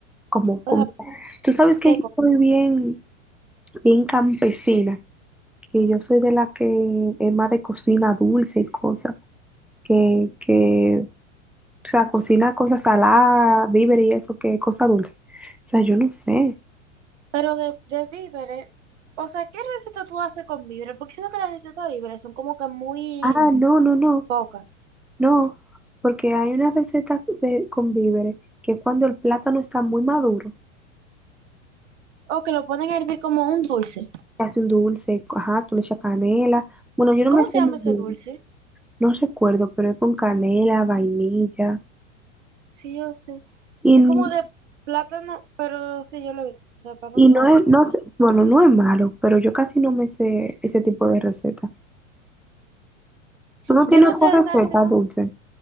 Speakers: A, in the centre; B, on the right.
A: como,
B: O
A: como...
B: sea,
A: Tú sabes que
B: ¿qué
A: yo
B: cosas?
A: soy bien, bien campesina, que yo soy de la que es más de cocina dulce y cosas, que, que O sea, cocina cosas saladas, víveres y eso, que cosa dulce. O sea, yo no sé.
B: Pero de, de víveres, o sea, ¿qué receta tú haces con víveres? Porque siento que las recetas de víveres son como que muy
A: Ah, no, no, no,
B: pocas.
A: no. Porque hay una receta de, con víveres que es cuando el plátano está muy maduro,
B: O que lo ponen a hervir como un dulce.
A: te hace un dulce, ajá, tú le echas canela. Bueno, yo no
B: ¿Cómo
A: me sé
B: se llama
A: muy bien,
B: ese dulce?
A: no recuerdo, pero es con canela, vainilla.
B: Sí, yo sé.
A: Y,
B: Es como de plátano, pero sí, yo lo vi, de plátano
A: y
B: maduro.
A: no es, no
B: Muy... rico.
A: sé, bueno, no es malo, pero yo casi no me sé ese tipo de receta. ¿Tú no
B: Yo
A: tienes
B: no sé
A: otra
B: de esa
A: receta
B: res-
A: dulce?